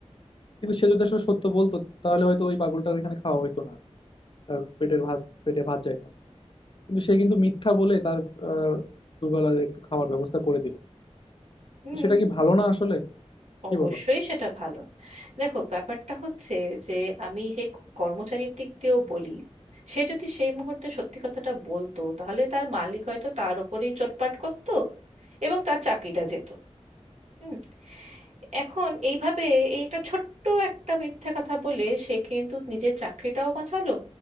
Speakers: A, on the left (about 45°); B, on the right (about 75°).
A: কিন্তু সে যদি আসলে সত্য বলতো তাহলে হয়তো ওই পাগলটা ওইখানে খাওয়া হইতো না তার পেটের ভাত পেটে ভাত যাইতো না কিন্তু সে কিন্তু মিথ্যা বলে তার আহ, দুবেলা একটু খাওয়ার ব্যবস্থা করে দিল
B: হুম
A: তো সেটা কি ভালো না আসলে কি
B: অবশ্যই
A: বলো
B: সেটা ভালো দেখো ব্যাপারটা হচ্ছে যে আমি সেই কর্মচারীর দিক দিয়েও বলি সে যদি সেই মুহূর্তে সত্যি কথাটা বলতো তাহলে তার মালিক হয়তো তার ওপরেই চোটপাট করতো এবং তার চাকরিটা যেত হুম এখন এইভাবে এই একটা ছোট্ট একটা মিথ্যা কথা বলে সে কিন্তু নিজের চাকরিটাও বাঁচালো